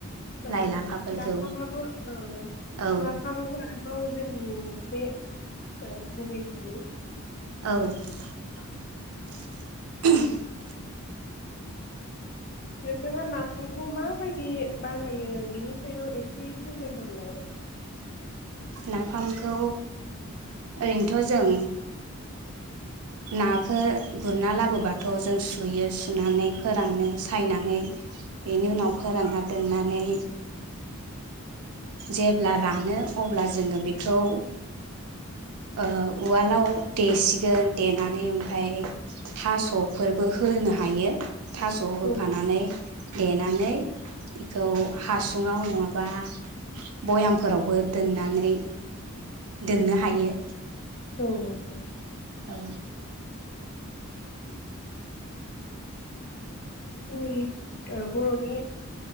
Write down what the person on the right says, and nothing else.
लाइ लाफाफोरखौ
औ
औ <unintelligible>
नाफामखौ ओरैनोथ' जों नाखो गुरना लाबोबाथ' जों सुयो सुनानै फोरानो सायनानै बेनि उनाव फोरानना दोननानै जेब्ला रानो अब्ला जोङो बेखौ ओ उवालाव देसिगोन देनानै ओमफ्राय थास'फोरबो होनो हायो। थास' होफानानै
देनानै इखौ हासुङाव नङाबा बयामफोरावबो दोननानै दोननो हायो।
औ